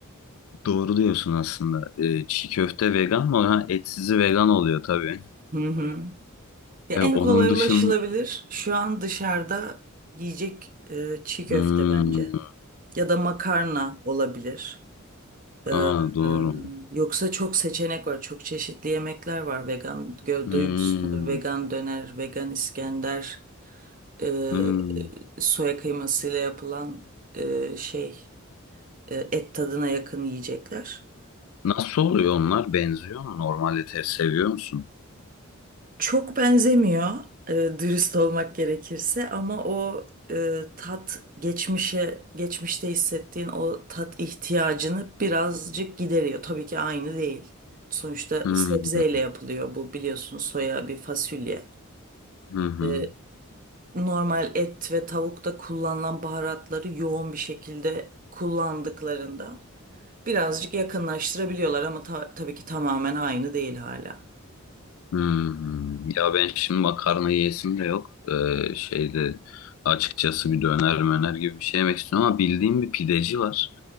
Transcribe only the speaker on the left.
Doğru diyorsun aslında. Ee, çiğ köfte vegan mı? Ha, etsizi vegan oluyor tabii.
Ee,
onun
dışın
Hmm,
aa, doğru.
Hmm,
hmm.
Nasıl oluyor onlar? Benziyor mu? Normal ete seviyor musun?
Hmm,
Hı hı.
Hmm, ya ben şimdi makarna yiyesim de yok. Ee, şeyde açıkçası bir döner möner gibi bir şey yemek istiyorum ama bildiğim bir pideci var.